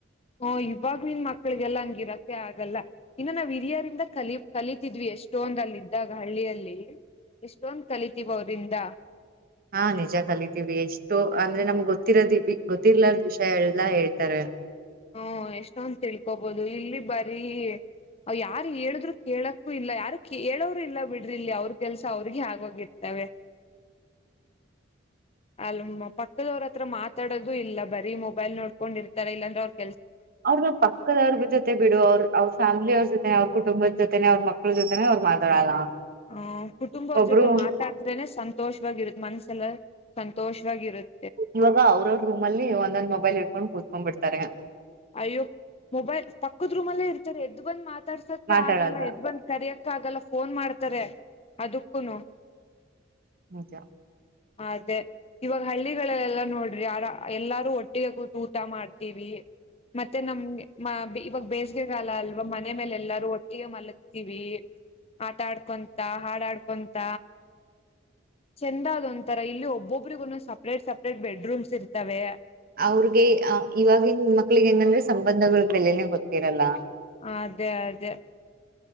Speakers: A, on the left; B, on the right.
A: ಹು ಇವಾಗ್ ನಿನ್ ಮಕ್ಳಿಗೆಲ್ಲ ಹಂಗಿರಕ್ಕೆ ಆಗಲ್ಲ ಇನ್ನು ನಾವು ಹಿರಿಯರಿಂದ ಕಲಿ ಕಲಿತಿದ್ವಿ ಎಷ್ಟೊಂದ್ ಅಲ್ಲಿಂದ. ಇದ್ದಾಗ್ ಹಳ್ಳಿಯಲ್ಲಿ ಎಷ್ಟೊಂದ್ ಕಲಿತಿವ್ ಅವ್ರಿಂದ.
B: ಹಾ ನಿಜ ಕಲಿತೀವಿ ಎಷ್ಟೋ ಅಂದ್ರೆ ನಮ್ಗ್ ಗೊತ್ತಿರೋದ ಗೊತ್ತಿಲರ್ ವಿಷ್ಯ ಎಲ್ಲಾ ಹೇಳ್ತಾರೆ.
A: ಹ್ಮ ಎಷ್ಟೊಂದು ತಿಳ್ಕೋಬೋದು ಇಲ್ಲಿ ಬರೀ ಅವ್ ಯಾರ್ ಹೇಳುದ್ರು ಕೇಳಕ್ಕೂ ಇಲ್ಲ ಯಾರು ಕೆಳೋರು ಇಲ್ಲ ಬಿಡ್ರಿ ಇಲ್ಲಿ ಅವ್ಇ ಕೆಲ್ಸ ಅವ್ರಿಗೆ ಆಗೋಗಿರ್ತವೆ. ಅಲ್ಮ್ ಪಕ್ಕದವ್ರತ್ರ ಮಾತಾಡೋದು ಇಲ್ಲ ಬರೀ ಮೊಬೈಲ್ ನೋಡ್ಕೊಂಡ್ ಇರ್ತಾರ ಇಲ್ಲಾಂದ್ರೆ ಅವ್ರ್
B: ಅವ್ರ್ ಪಕ್ಕದವ್ರ್ ಜೊತೆ ಬಿಡು ಅವ್ರ್ ಅವ್ರ್ ಫ್ಯಾಮಿಲಿ ಅವ್ರ್ ಜೊತೆ ಅವ್ರ್ ಕುಟುಂಬುದ್ ಜೊತೆನೆ ಅವ್ರ್ ಮಕ್ಳು ಜೊತೆನೆ ಅವ್ರ್ ಮಾತಾಡಲ್ಲ.
A: ಹ ಕುಟುಂಬವ್ರ
B: ಒಬ್ರು
A: ಜೊತೆ ಮಾತಾಡ್ದೆನೆ ಸಂತೋಷವಾಗಿರುತ್ ಮನ್ಸೆಲ್ಲ. ಸಂತೋಷವಾಗಿರುತ್
B: ಇವಾಗ ಅವ್ರ ಅವ್ರ ರೂಮಲ್ಲಿ ಒಂದೊಂದ್ ಮೊಬೈಲ್ ಹಿಡ್ಕೊಂಡ್ ಕುೂತ್ಕೊಂಡ್ ಬಿಡ್ ತರೆ
A: ಅಯ್ಯ ಮೊಬೈಲ್ ಪಕ್ಕದ್ ರೂಮಲ್ಲೇ ಇರ್ತಾರೆ ಎದ್ದು ಬಂದ್ ಮಾತ್ ತಾಡ್ಸೋಕೆ
B: ಮಾತಾಡಲ್ಲ
A: ಆಗಲ್ಲ ಎದ್ದ್ ಬಂದ್ ಕರಿಯಕ್ ಕಾಗಲ್ಲ ಫೋನ್ ಮಾಡ್ತಾರೆ ಅದಕ್ಕೂನು
B: ನಿಜ
A: ಅದೇ ಇವಾಗ ಹಳ್ಳಿಗಳಲ್ಲೆಲ್ಲಾ ನೋಡ್ರಿ ಆರ ಎಲ್ಲಾರೂ ಒಟ್ಟಿಗೆ ಕೂತ್ ಊಟ ಮಾಡ್ತೀವಿ. ಮತ್ತೆ ನಮ್ ಮ ಗ್ ಇವಾಗ ಬೇಸಿಗೆಗಾಲ ಅಲ್ವಾ ಮನೆ ಮೇಲೆ ಎಲ್ಲಾರೂ ಒಟ್ಟಿಗೆ ಮಲಗ್ತೀವಿ ಆಟ ಆಡ್ಕೊಂತ ಹಾಡಾಡ್ಕೊಂತ ಚಂದಾದ ಒಂಂತರ ಇಲ್ಲಿ ಒಬ್ಬೊಬ್ರಿಗ ಒಂದು ಸಪ್ರೇಟ್ ಸಪ್ರೇಟ್ ಬೆಡ್ರೂಮ್ಸ್ ಇರ್ತವೆ.
B: ಅವ್ರಗೆ ಆ ಇವಾಗಿನ್ ಮಕ್ಳಿಗೆ ಏನಂದ್ರೆ ಸಂಬಂಧಗಳ್ ಬೆಲೆನೆ ಗೊತ್ತಿರಲ್ಲ.
A: ಅದೇ ಅದೇ